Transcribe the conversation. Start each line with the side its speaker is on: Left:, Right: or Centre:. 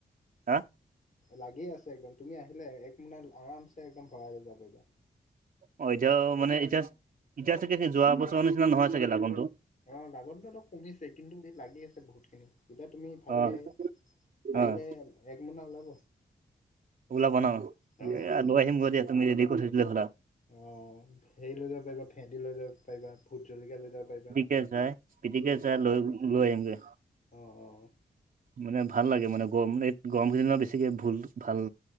Right: হা?
Left: লাগি আছে একদম, তুমি আহিলে এক মোনা আৰাম চে একদম ভৰাই লৈ যাব পাৰিবা।
Right: অঁ' এতিয়াও মানে এতিয়া এতিয়া চাগে সেই যোৱা বছৰৰ নিচিনা নহয় চাগে লাগনটো?
Left: অঁ' লাগনতোটো কমিছে কিন্তু সেই লাগি আছে বহুত খিনি। এতিয়া তুমি ভালকৈ
Right: অ'
Left: পাৰিলে
Right: অ'
Left: এক মোনা ওলাব।
Right: ওলাবা ন
Left: অ'।
Right: লৈ আহিম গ দিয়া তুমি যদি কৰি থৈছিলে ঘলা।
Left: অঁ হেৰি লৈ যাব পাৰিবা ভেন্দি লৈ যাব পাৰিবা ভূট জলকীয়া লৈ যাব পাৰিবা।
Right: কে যাই। স্পিতিকা চা ল লৈ আহিম গে।
Left: অঁ অ অ।
Right: মানে ভাল লাগে মানে গৰম এই গৰম কেইদিনত বেছিকে ভুল ভাল।